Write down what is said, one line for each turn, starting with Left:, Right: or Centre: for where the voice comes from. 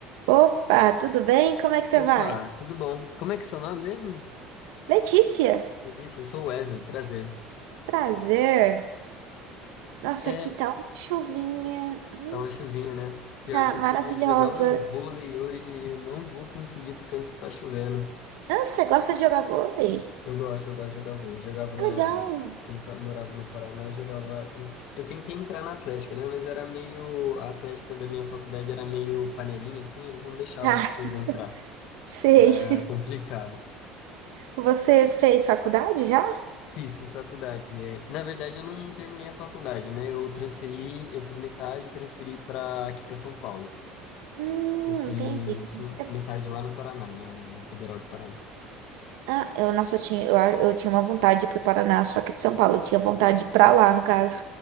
Right: Opa, tudo bem? Como é que você
Left: Opa,
Right: vai?
Left: tudo bom? Como é que é seu nome mesmo?
Right: Letícia,
Left: Me disse, eu sou Wesley, prazer.
Right: prazer. Nossa,
Left: É,
Right: aqui tá uma chuvinha. Hum,
Left: tá uma chuvinha, né? Pior
Right: tá
Left: que
Right: maravilhosa.
Left: eu queria jogar um vôlei hoje e eu não vou conseguir por causa que tá chovendo.
Right: Ah, você gosta de jogar vôlei?
Left: Eu gosto, eu gosto de jogar vôlei. Jogava
Right: É
Left: na...
Right: legal.
Left: Quando eu morava no Paraná, eu jogava... ten- Eu tentei entrar na Atlética, né? Mas era meio... A Atlética da minha faculdade era meio panelinha, assim, eles não deixavam
Right: <laughs>
Left: as pessoas
Right: Ah,
Left: entrar.
Right: sei.
Left: Era complicado.
Right: Você fez faculdade já?
Left: Fiz, fiz faculdade. É, Na verdade, eu não terminei a faculdade, né? Eu transferi, eu fiz metade, e transferi para aqui para São Paulo.
Right: Hum,
Left: Eu fiz
Right: entendi. Você... fo-
Left: metade lá no Paraná, na, na Federal do Paraná.
Right: Ah, eu, nossa, eu tinha, eu, a- eu tinha uma vontade de ir pro Paraná, só que de São Paulo. Eu tinha vontade de ir pra lá, no caso.